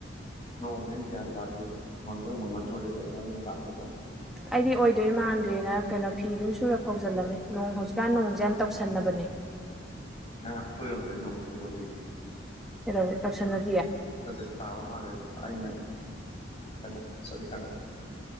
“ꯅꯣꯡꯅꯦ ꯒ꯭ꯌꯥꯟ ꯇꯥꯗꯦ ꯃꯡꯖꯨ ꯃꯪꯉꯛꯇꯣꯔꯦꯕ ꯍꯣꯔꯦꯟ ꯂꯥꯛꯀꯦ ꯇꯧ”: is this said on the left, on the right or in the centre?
Left